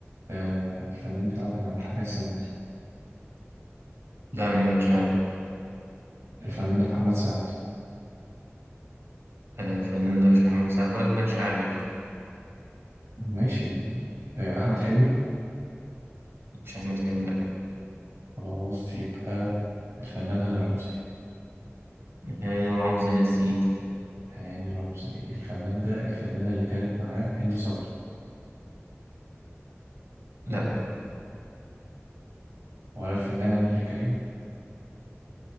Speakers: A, on the right; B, on the right.
A: آه الفنان بتاعه كان عامل حاجة السنة دي
B: لا ما كانش
A: الفنان ده محمد سعد
B: الفنان ده مش محمد سعد ولا كان عامل
A: ماشي آه، أحمد حلمي
B: مش أحمد حلمي لأ
A: خلاص يبقى الفنان هاني رمزي
B: هاني رمزي يا سيدي
A: هاني رمزي الفنان ده الفنانة اللي كانت معاه هند صبري
B: لأ
A: ولا الفنانة نيللي كريم